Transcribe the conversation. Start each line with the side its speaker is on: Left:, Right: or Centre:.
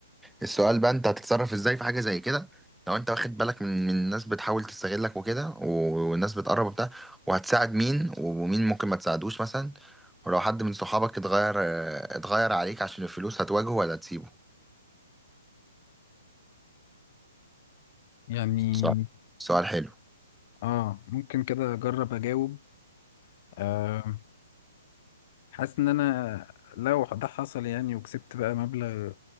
Centre: السؤال بقى انت هتتصرف ازاي في حاجه زي كده لو انت واخد بالك من من الناس بتحاول تستغلك وكده و- والناس بتقرب وبتاع وهتساعد مين ومين ممكن ما تساعدوش مثلا ولو حد من صحابك اتغير اه، اتغير عليك عشان الفلوس هتواجهه ولا تسيبه
Left: يعني
Centre: سؤال سؤال حلو
Left: اه ممكن كده اجرب اجاوب آه حاسس ان انا لو ده حصل يعني وكسبت بقى مبلغ